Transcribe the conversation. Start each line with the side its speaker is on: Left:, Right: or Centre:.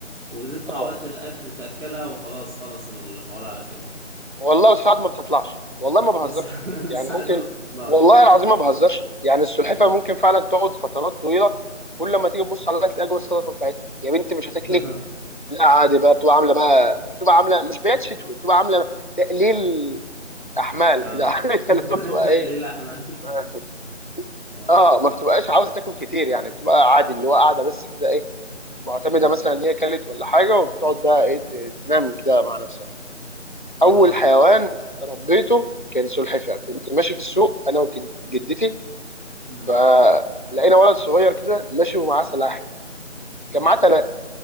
Right: وتطلع
Left: آه.
Right: وقت الأكل تأكلها وخلاص خلص الحوار على كده
Left: والله ساعات ما بتطلعش والله ما بهزرش
Right: وساعات
Left: يعني
Right: <laughs> ساعات
Left: ممكن
Right: ما بتطلعش
Left: والله العظيم ما بهزرش يعني السلحفه
Right: مم.
Left: ممكن فعلا تقعد فترات طويله كل ما تيجي تبص عليها تلاقي جوه الصدفه بتاعتها يا بنتي مش
Right: <laughs>
Left: هتاكلي لا عادي بقى بتبقى عامله بقى بتبقى عامله مش بيات شتوي بتبقى عامله تقليل احمال
Right: اه
Left: كده <laughs> عارف اللي هو بتبقى
Right: <laughs> تقليل
Left: ايه <laughs>
Right: أحمال
Left: ما-
Right: اه
Left: اه ما بتبقاش عاوزه تاكل كتير يعني بتبقى عادي اللي هو قاعده بس كده ايه معتمده
Right: مم.
Left: مثلا ان هي كلت ولا حاجه وبتقعد بقى ايه ت- تنام كده مع نفسها اول
Right: اه
Left: حيوان ربيته كان سلحفاه كنت ماشي في السوق انا وجدتي
Right: مم.
Left: فلقينا ولد صغير كده ماشي ومعاه سلاحف كان معاه ثلاثه